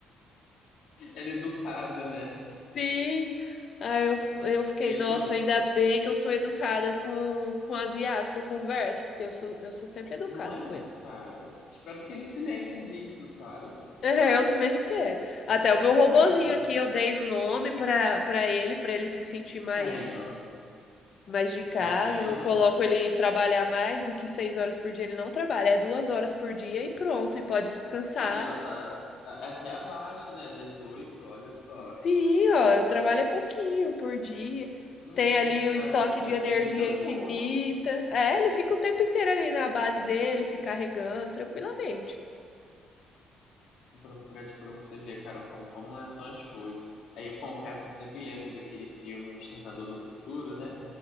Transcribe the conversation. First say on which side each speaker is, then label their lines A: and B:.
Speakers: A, on the left; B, on the left.
A: Era educada, né?
B: Sim. Aí eu, eu fiquei,
A: Isso
B: nossa, ainda bem que eu sou educada com, com as IAs que eu converso, porque eu sou, eu sou sempre educada
A: Não é,
B: com elas.
A: cara?
B: <laughs>
A: Espero que eles se lembrem disso, sabe? Porque,
B: É,
A: olha,
B: eu também espero.
A: é,
B: Até
A: é difícil.
B: o meu robozinho aqui, eu dei um nome para para ele, para ele se sentir mais
A: Aí, ó,
B: mais de casa.
A: tá vendo?
B: Eu Não coloco ele trabalhar mais do que seis horas por dia. Ele não trabalha, é duas horas por dia e pronto. E pode descansar
A: Aí, ó, tá, tá- é até abaixo, né, das oito, olha só.
B: Sim, ó, trabalha pouquinho por dia. Tem
A: É,
B: ali o
A: tá,
B: estoque de
A: já
B: energia
A: tem que dar
B: infinita.
A: boa
B: É, ele fica o tempo inteiro ali na base dele, se carregando tranquilamente.
A: pra, pra, pra você ver, cara, como, como é- são as coisas. Aí eu confesso que eu sempre lembro daquele filme, O Exterminador do Futuro, né?